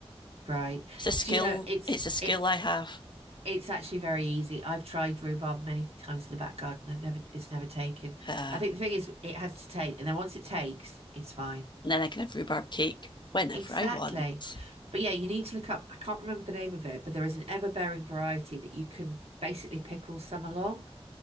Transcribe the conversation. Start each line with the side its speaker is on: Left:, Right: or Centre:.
Right: Right.
Left: It's a skill.
Right: Do you know it's
Left: It's a skill
Right: it
Left: I have.
Right: it's actually very easy. I've tried rhubarb many times in the back garden. I've never it's never taken.
Left: Yeah.
Right: I think the thing is it has to take, and then once it takes, it's fine.
Left: And then I can have rhubarb cake whenever
Right: Exactly.
Left: I want.
Right: But yeah, you need to look up. I can't remember the name of it, but there is an ever-bearing variety that you can basically pick all summer long.